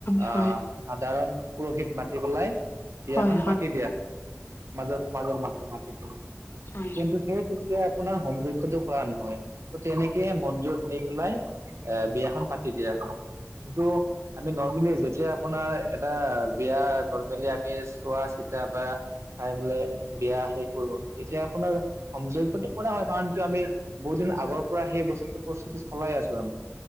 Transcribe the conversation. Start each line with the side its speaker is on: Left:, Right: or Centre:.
Right: অ
Left: হয়, হয়,
Right: সাধাৰণ পুৰোহিত মাতি পেলাই বিয়াখন
Left: হয়, হয়, হয়, হয়,
Right: পাতি দিয়া হয় মাজৰ সমাজৰ মানুহ মাতি দিয়া
Left: হয়,
Right: কিন্তু সেই তেতিয়া আপোনাৰ হোম যজ্ঞটো কৰা নহয় ত তেনেকে মন্দিৰত পেলাই এ বিয়াখন পাতি দিয়া হয় কিন্তু আমি নৰ্মেলি যেতিয়া আপোনাৰ এটা বিয়া নৰ্মেলি আমি চোৱা চিতা বা চাই মিলে বিয়া হে কৰিবো এতিয়া আপোনাৰ হম যজ্ঞটো কৰা হয় কাৰণ কি আমি বহুত দিন আগৰ পৰা সেই বস্তুটো পৰিস্থিতি চলাই আছো আমি